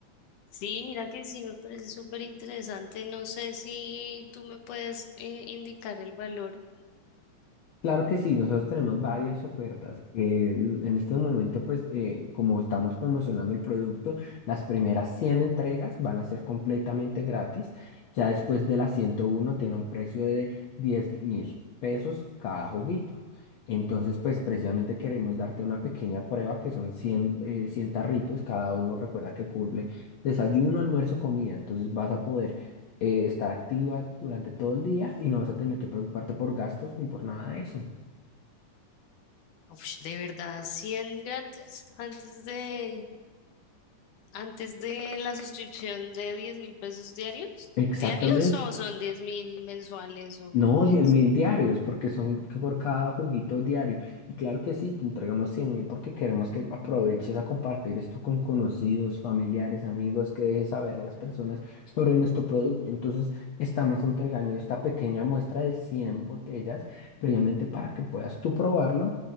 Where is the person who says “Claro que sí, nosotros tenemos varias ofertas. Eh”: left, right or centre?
Left